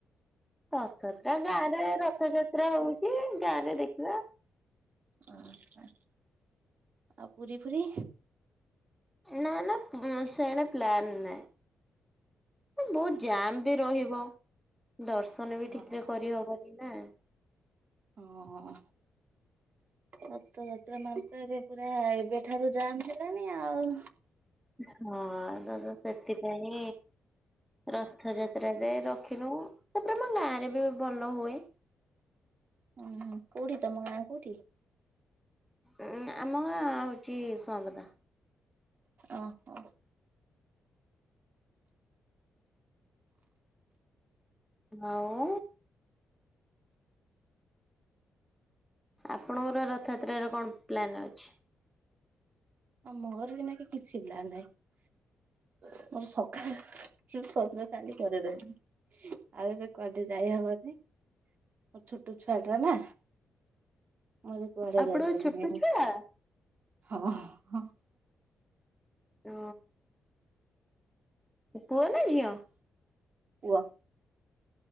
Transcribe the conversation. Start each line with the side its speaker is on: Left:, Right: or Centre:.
Centre: ରଥଯାତ୍ରା ଗାଁରେ ରଥଯାତ୍ରା ହଉଚି ଗାଁରେ ଦେଖିବା।
Right: ଅ ହଁ ଆଉ ପୁରୀ ଫୁରି
Centre: ନାଁ ନାଁ ପୁ ସେଣେ ପ୍ଲାନ ନାଇଁ। ବହୁତ୍ ଜାମ୍ ବି ରହିବ। ଦର୍ଶନ
Right: ହଁ
Centre: ବି ଠିକ୍ ରେ କରିହବନି ନା।
Right: ହଁ। ରଥ ଯାତ୍ରା ମାନ୍ ତ ଏବେ ପୁରା ଏବେଠାରୁ ଜାମ୍ ହେଲାଣି ଆଉ।
Centre: ହଁ ଏରା ତ ସେଥିପାଇଁ ରଥଯାତ୍ରାରେ ରଖିନୁ, ତାପରେ ଆମ ଗାଁ ରେ ବି ଭଲ ହୁଏ। <inaudible>
Right: ଉହୁଁ କୋଉଠି ତମ ଗାଁ କୋଉଠି?
Centre: ଉ ଆମ ଗାଁ ହଉଚି ସୁଆଁପଦା।
Right: ଓହୋ।
Centre: ଆଉ। ଆପଣଙ୍କର ରଥଯାତ୍ରା ରେ କଣ ପ୍ଲାନ ଅଛି।
Right: ମୋର ବି ଏଇନା କେ କିଛି ପ୍ଳାନ୍ ନାହିଁ ମୋର ସଖାଳେ ହୁ କିସ ବେ କାଲି କରିଡେ ଆଉ ଏବେ କୁଆଡେ଼ ଯାଇହବନି। ମୋର ଛୋଟ ଛୁଆଟା ନା। ମୁଁ ଏବେ କୁଆଡେ
Centre: ଆପଣ
Right: ଯାଇପାରିବିନି
Centre: ଛୋଟ ଛୁଆ
Right: ହଁ। ହଁ।
Centre: ଅ ପୁଅ ନା ଝିଅ?
Right: ପୁଅ।